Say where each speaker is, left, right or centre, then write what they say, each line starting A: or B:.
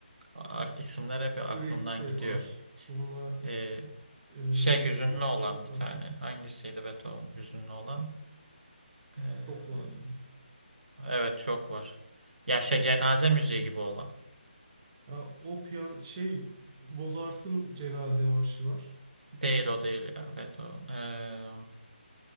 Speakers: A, on the right (about 65°); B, on the right (about 30°).
A: A- isimler hep aklımdan
B: Ürelise
A: gidiyor.
B: var. Sonra
A: Ee,
B: e,
A: şey hüzünlü
B: online
A: olan
B: sonunda
A: bir tane. Hangisiydi Beethoven hüzünlü olan? Ee,
B: çok var ya.
A: evet çok var. Ya şey cenaze
B: Yani,
A: müziği gibi olan.
B: ha, o piyan şey Mozart'ın cenaze marşı var.
A: Değil o değil ya Beethoven. Eh,